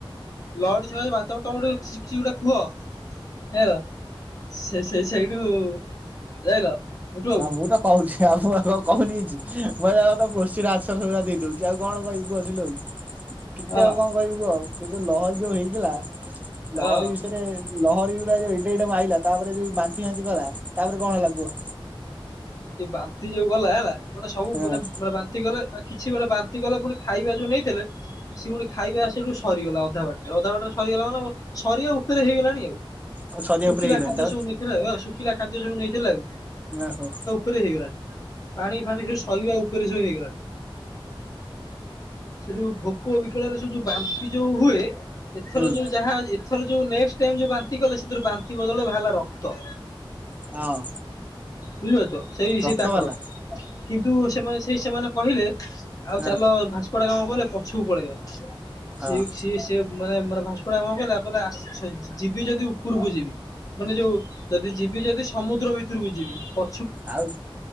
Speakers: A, on the left; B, on the right.
A: ଲହଡ଼ି ଛୁଆ ଏବେ ଭାତ ତଳି କିଛି ଗୋଟେ କୁହ, ହେଲୋ ସେ-ସେ ସେଇଠୁ ଯାଇଲ, ମିଠୁ ବାବୁ
B: ହଁ ମୁଁ ତ କହୁଛି ଆମ ଆଗ କହୁନି କିଛି, <unintelligible> କୋଚିଂ ଆନ୍ସର ସେଇଭଳିଆ ଦେଇ ଦଉଛି ଆଉ କଣ କହିବୁ ଆସିଲୁ ଆଉ, କେତେ
A: ହଁ
B: ଆଉ କଁ କହିବୁ କ ଆଉ କି ଯୋଉ ଲହରୀ ଯୋଉ ହେଇଥିଲା
A: ହଁ
B: ଲହରୀ ବିଷୟରେ, ଲହରୀ ଗୁୁରା ଯୋଉ ଏଡେ-ଏଡେ ମାଇଲା ତାପରେ ଯୋଉ ବାନ୍ତି ଫାନ୍ତି କଲା ତାପରେ କଣ ହେଲା କୁହ,
A: ବାନ୍ତି ଯୋଉ କଲା ହେଲା ମାନେ ସବୁ
B: ହଁ
A: ମାନେ ବା ତିକଲେ କିଛି ଗୋଟେ ବାନ୍ତି କଲେ ପୁଣି ଖାଇବା ଯୋଉ ନେଇଥିଲେ ସେଉଣି ଖାଇବା, ସେଠୁ ସରିଗଲା ଅଧା ବାଟ ରେ ଅଧା ବାଟ ରେ ସରିଗଲା ମାନେ ସରିବା ଉପରେ ହେଇଗଲାଣି ଆଉ,
B: ହଁ ସରିବା
A: ଶୁଖିଲା
B: ଉପରେ ହେଇଗଲାଣି
A: ଖାଦ୍ୟ
B: ତାପରେ
A: ସବୁ ନେଇଥିଲେ ହ ଶୁଖିଲା ଖାଦ୍ୟ ସବୁ ନେଇଥିଲେ ଆଉ,
B: ନିଆଁ ହୋ,
A: ତୋର ହେଇଗଲାଣି ପାଣି ଫାଣି ସେ ସରିବା ଉପରେ ସବୁ ହେଇଗଲାଣି, ସେଠୁ ଭୋକ ବିକଳରେ ସେ ଯୋଉ ବାନ୍ତି ଯୋଉ ହୁଏ ଏଥର
B: ହୁଁ
A: ଯୋଉ ଯାହା ଏ ଥର ଯୋଉ ନେଷଟ ଟାଇମ୍ ଯୋଉ ବାନ୍ତି କଲେ ସେଥିର ବାନ୍ତି ବଦଳରେ ବାହାରିଲା ରକ୍ତ,
B: ହଁ,
A: ବୁଝିପାରୁଛ ସେଇ
B: ରକ୍ତ
A: ସେ ତାଙ୍କର
B: ବାଲା
A: କିନ୍ତୁ ସେମାନେ ସେଇ ସେମାନେ କହିଲେ, ଆଉ
B: ହଁ
A: ଚାଲ ଭାସ୍କୋଡାଗାମା କହିଲେ ପଛକୁ ପଳେଇବା
B: ହଁ
A: ସି ସିଏ ସି ସେ ମାନେ-ମାନେ ଭାସ୍କୋଡାଗାମା କହିଲା-କହିଲା <unintelligible> ଯିବି ଯଦି ଉପରକୁ ଯିବି, ମାନେ ଯୋଉ ଯଦି ଯିବି ଯଦି ସମୁଦ୍ର ଭିତରକୁ ଯିବି ପ
B: ଆଉ